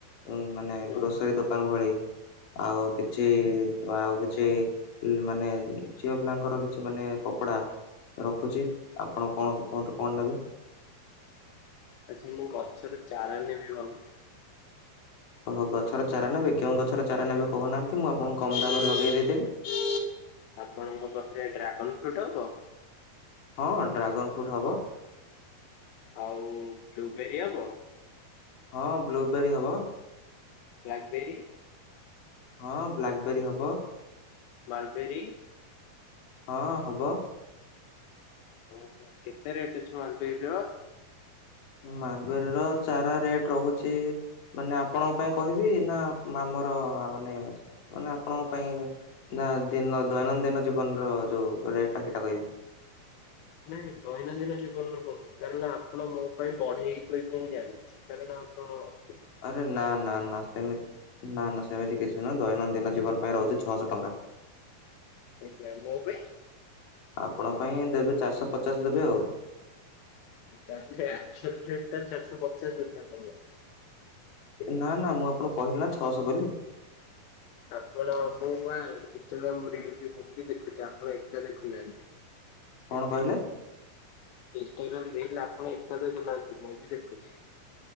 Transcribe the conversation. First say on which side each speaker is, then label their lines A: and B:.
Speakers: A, on the left; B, on the left.
A: ଉଁ- ମାନେ
B: ନା
A: ଗ୍ରୋସରୀ ଦୋକାନ ଭଳି। ଆଉ କିଛି ଆଉ କିଛି ମାନେ ଝିଅ ପିଲାଙ୍କର କିଛି ମାନେ କପଡା ରଖୁଚି ଆପଣ କଣ କୁହନ୍ତୁ କଣ ନେବେ?
B: ଆଜି ମୁଁ ଗଛର ଚାରା ନେବି ଭାବୁଥିଲି।
A: ଓ ହ ଗଛର ଚାରା ନେବେ କେଉଁ ଗଛର ଚାରା ନେବେ କହୁନାହାନ୍ତି ମୁଁ ଆପଣଙ୍କୁ କମ୍ ଦାମ୍ ରେ ଲଗେଇ ଦେଇଥିବି।
B: ଆପଣଙ୍କ ପାଖେରେ ଡ୍ରାଗନ୍ ଫ୍ରୁଟ୍ ହବ?
A: ହଁ ଡ୍ରାଗନ୍ ଫ୍ରୁଟ୍ ହବ।
B: ଆଉ ବ୍ଲୁବେରି ହବ?
A: ହଁ ବ୍ଲୁବେରୀ ହବ।
B: Blackberry?
A: ହଁ ବ୍ଲାକ୍ ବେରୀ ହବ।
B: ମାଲ୍ପେରି?
A: ହଁ ହବ।
B: ଓହୋ କେତେ ରେଟ୍ ଅଛି ମାଲବେରୀ ର?
A: ମାଲବେରୀ ର ଚାରା ରେଟ୍ ରହୁଚି ମାନେ ଆପଣଙ୍କ ପାଇଁ କହିବି ନା ଆମର ମାନେ- ମାନେ ଆପଣଙ୍କ ପାଇଁ ନା ଦିନ- ଦୈନନ୍ଦିନ ଜୀବନ ର ଯଉ ରେଟ୍ ଟା ହେଇଟା କହିବି।
B: ନାଇଁ ଦୈନନ୍ଦିନ ଜୀବନରେ କୁହନି କାରଣ ଆପଣ ମୋ ପାଇଁ ବଢେଇକି କହିବେ ମୁଁ ଜାଣି <unintelligible>
A: ଆରେ ନା- ନା- ନା ସେମିତି- ନା -ନା ସେମିତି କିଛି ନୁହଁ ଦୈନନ୍ଦିନ ଜୀବନ ପାଇଁ ରହୁଚି ଛଅଶ ଟଙ୍କା।
B: ଆଜ୍ଞା ମୋ ପାଇଁ?
A: ଆପଣ ପାଇଁ ଦେବେ ଚାରିଶ ପଚାଶ୍ ଦେବେ ଆଉ।
B: ତାଲେ ଆଚୁରେଟ ଟା ଚାରିଶହ ପଚାଶ ବଧେ ପଡିବ?
A: ନା ନା ମୁଁ ଆପଣଙ୍କୁ କହିଲି ନା ଛଅଶହ ବୋଲି।
B: ଆପଣ ମୁଁ ବା ଇନଷ୍ଟାଗ୍ରାମ ରିଲ ବି ମୁଭି ଦେଖୁଛି ଆପଣ ଏକା ଦେଖୁନାହାନ୍ତି।
A: କଣ
B: ସେ
A: କହିଲେ?
B: ଇନଷ୍ଟାଗ୍ରାମ ରିଲ ଆପଣ ଏକା ଦେଖୁନାହାନ୍ତି ମୁଁ ବି ଦେଖୁଛି।